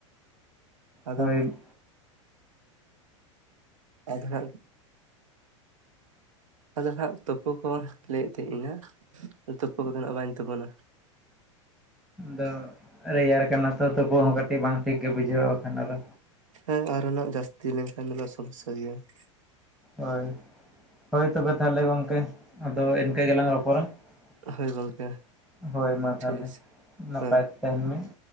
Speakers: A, on the right (about 80°); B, in the centre.
A: ᱟᱫᱚ
B: ᱦᱳᱭ,
A: ᱟᱫᱚ ᱦᱟᱸᱜ, ᱟᱫᱚ ᱦᱟᱸᱜ, ᱛᱩᱯᱳ ᱠᱚ, ᱞᱟᱹᱭ ᱮᱫ ᱛᱟᱦᱮᱸ, ᱤᱧ ᱦᱟᱸᱜ ᱛᱩᱯᱩ ᱠᱚᱫᱚ ᱱᱷᱟᱜ, ᱵᱟᱹᱧ ᱛᱩᱯᱩᱱᱟ ᱾
B: ᱟᱫᱚ, ᱨᱮᱭᱟᱲ ᱠᱟᱱᱟ ᱛᱚ, ᱛᱩᱯᱩ ᱦᱚᱸ ᱠᱟᱹᱴᱤᱡ ᱵᱟᱝ ᱴᱷᱤᱠ ᱜᱮ, ᱵᱩᱡᱷᱟᱹᱣᱼᱟ, ᱵᱟᱠᱷᱟᱱ, ᱟᱫᱚ
A: ᱦᱮᱸ ᱟᱨᱚᱱᱟᱜ, ᱡᱟᱹᱥᱛᱤ ᱞᱮᱱᱠᱷᱟᱱ ᱫᱚ, ᱥᱚᱢᱚᱥᱥᱟ ᱜᱮᱭᱟ ᱾
B: ᱦᱳᱭ, ᱦᱳᱭ ᱛᱚᱵᱮ, ᱛᱟᱦᱚᱞᱮ ᱜᱚᱢᱠᱮ, ᱟᱫᱚ ᱤᱱᱠᱟᱹ, ᱜᱮᱞᱟᱝ ᱨᱚᱯᱚᱲᱟ
A: ᱦᱳᱭ ᱜᱚᱝᱠᱮ
B: ᱾ ᱦᱳᱭ ᱢᱟ
A: ᱴᱷᱤᱠ
B: ᱛᱟᱦᱞᱮ, ᱱᱟᱯᱟᱭ
A: ᱦᱮᱸ
B: ᱛᱮ ᱛᱟᱦᱮᱱ ᱢᱮ ᱾